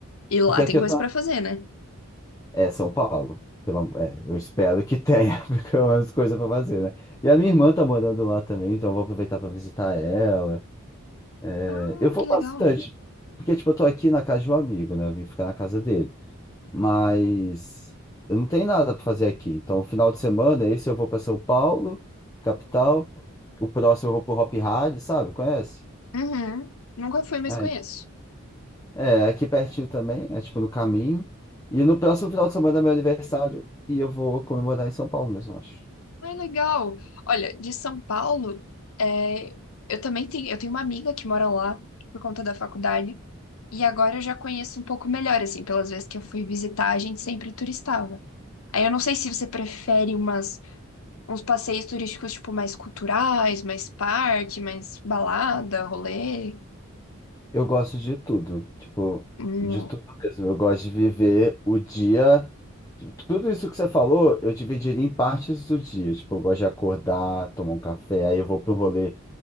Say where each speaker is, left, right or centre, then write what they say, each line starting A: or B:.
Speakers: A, on the left (about 75°); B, on the left (about 15°).
A: E lá
B: Porque aqui
A: tem coisa
B: eu tô.
A: pra fazer, né?
B: É São Paulo. Pelo... am- É, eu espero que tenha, <laughs> pelo menos coisa pra fazer, né? E a minha irmã tá morando lá também, então eu vou aproveitar pra visitar ela. É,
A: Ah,
B: eu vou
A: que
B: bastante.
A: legal.
B: Porque, tipo, eu tô aqui na casa de um amigo, né? Eu vim ficar na casa dele. Mas eu não tenho nada pra fazer aqui. Então, final de semana, esse eu vou pra São Paulo, capital. O próximo eu vou pro Hop Hari, sabe? Conhece?
A: Uhum. Nunca fui, mas
B: Ah,
A: conheço.
B: É, aqui pertinho também, é tipo no caminho. E no próximo final de semana é meu aniversário e eu vou comemorar em São Paulo mesmo, eu acho.
A: Ah, legal. Olha, de São Paulo, é, eu também tenho, eu tenho uma amiga que mora lá por conta da faculdade. E agora eu já conheço um pouco melhor, assim, pelas vezes que eu fui visitar, a gente sempre turistava. Aí eu não sei se você prefere umas, uns passeios turísticos, tipo, mais culturais, mais parque, mais balada, rolê.
B: Eu gosto de tudo, tipo,
A: Hum,
B: de tudo mesmo. Eu gosto de viver o dia. tipo, tudo isso que você falou, eu dividiria em partes do dia. Tipo, eu gosto de acordar, tomar um café, aí eu vou para um rolê